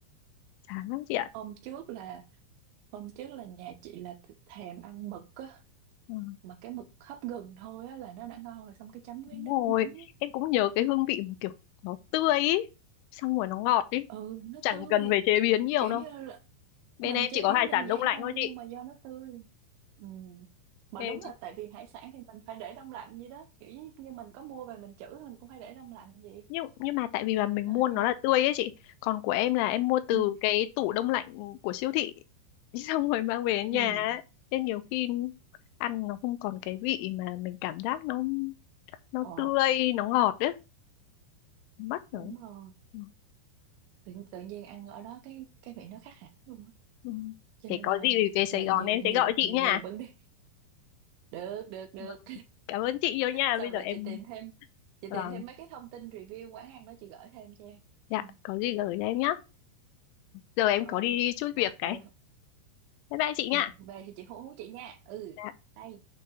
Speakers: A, on the left (about 85°); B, on the right (about 75°).
A: Chả lắm chị ạ.
B: ôm trước là Hôm trước là nhà chị là th- thèm ăn mực á,
A: Ừ,
B: mà cái mực hấp gừng thôi á là nó đã ngon rồi xong cái chấm với
A: đúng
B: nước
A: rồi,
B: mắm.
A: em cũng nhớ cái hương vị mà kiểu nó tươi ý. Xong rồi nó ngọt ý.
B: Ừ, nó
A: Chẳng
B: tươi.
A: cần phải chế biến nhiều
B: Kiểu
A: đâu.
B: như là
A: Bên
B: mình
A: em
B: chế
A: chỉ có
B: biến
A: hải
B: đơn
A: sản đông
B: giản
A: lạnh
B: thôi
A: thôi chị.
B: nhưng mà do nó tươi. Ừ. Mà
A: Em
B: đúng là tại vì hải sản thì mình phải để đông lạnh vậy đó, kiểu như, như mình có mua về mình trữ mình cũng phải để đông lạnh vậy.
A: nhưng nhưng mà tại vì là mình
B: Đó
A: mua nó
B: nhưng mà
A: là tươi ấy chị còn của em là em mua từ
B: ừ
A: cái tủ đông lạnh của siêu thị <laughs> xong rồi mang về đến nhà
B: ừ
A: ấy. nên nhiều khi ăn nó không còn cái vị mà mình cảm giác nó nó
B: ồ
A: tươi nó ngọt ấy mất rồi
B: đúng rồi.
A: Ừ.
B: Tự, tự nhiên ăn ở đó cái cái vị nó khác hẳn luôn á.
A: Ừ.
B: Cho
A: thế
B: nên
A: có
B: là
A: gì thì về Sài
B: người
A: Gòn
B: nhiều
A: em
B: nhiều
A: sẽ gọi chị
B: nhiều
A: nha
B: người vẫn đi được được được
A: Vâng. cảm ơn chị nhiều nha
B: xong
A: bây giờ
B: để
A: em
B: chị tìm thêm chị
A: Vâng.
B: tìm thêm mấy cái thông tin review quán ăn đó chị gửi thêm cho em
A: dạ
B: ừ,
A: có gì gửi cho em nhé giờ em
B: ừ.
A: có đi chút
B: rồi
A: việc cái
B: về
A: bye bye chị
B: ừ
A: nha
B: về thì chị hú hú chị nha ừ
A: Dạ.
B: đây